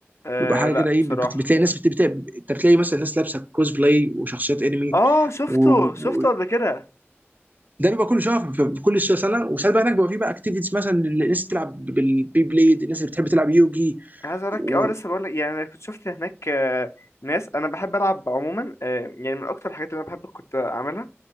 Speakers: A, on the left (about 80°); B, on the right (about 40°).
A: آه
B: بيبقى حاجه
A: لا
B: كده ايه
A: بصراحه
B: بت- بتلاقي ناس بت- بت- انت بتلاقي مثلا ناس لابسه كوز بلاي وشخصيات انمي
A: اه شفته
B: وده
A: شفته قبل كده
B: بيبقى كل شهر في كل سنه وساعات بقى هناك بيبقى في بقى اكتيفيتيز مثلا الناس بتلعب بالبي بليد الناس اللي بتحب تلعب يوجي
A: انا عايز اقولك
B: و...
A: اه لسه بقولك يعني انا كنت شفت هناك آه، ناس انا بحب العب عموما آه، يعني من اكتر الحاجات اللي انا بحب كنت اعملها